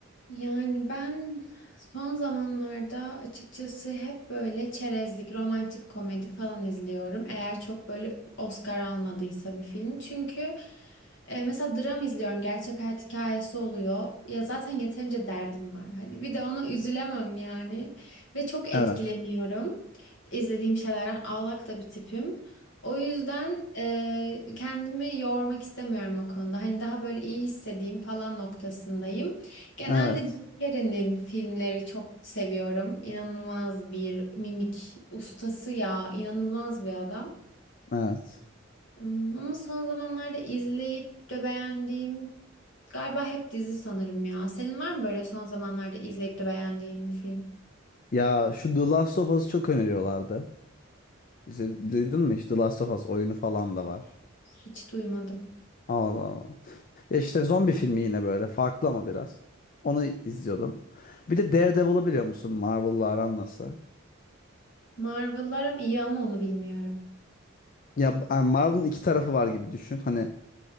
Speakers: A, on the left (about 60°); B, on the left (about 45°).
A: Yani ben son zamanlarda açıkçası hep böyle çerezlik, romantik komedi falan izliyorum. Eğer çok böyle Oscar almadıysa bir film. Çünkü e, mesela dram izliyorum. Gerçek hayat hikayesi oluyor. Ya zaten yeterince derdim var. Hani bir de ona üzülemem yani. Ve çok etkileniyorum.
B: Evet.
A: izlediğim şeylerden ağlak da bir tipim. O yüzden e, kendimi yormak istemiyorum o konuda. Hani daha böyle iyi hissedeyim falan noktasındayım. Genelde
B: Evet.
A: Jim Carrey'nin filmleri çok seviyorum. İnanılmaz bir mimik ustası ya. inanılmaz bir adam.
B: Evet.
A: Hmm, Ama son zamanlarda izleyip de beğendiğim galiba hep dizi sanırım ya. Senin var mı böyle son zamanlarda izleyip de beğendiğin bir film?
B: Ya şu The Last of Us'ı çok öneriyorlardı. İşte, duydun mu hiç? The Last of Us oyunu falan da var.
A: Hiç duymadım.
B: Allah Allah. Ya işte zombi filmi yine böyle. Farklı ama biraz. Onu izliyordum. Bir de Daredevil'ı biliyor musun? Marvel'la aran nasıl?
A: Marvel'lar ama iyi ama onu bilmiyorum.
B: Ya yani Marvel'ın iki tarafı var gibi düşün. Hani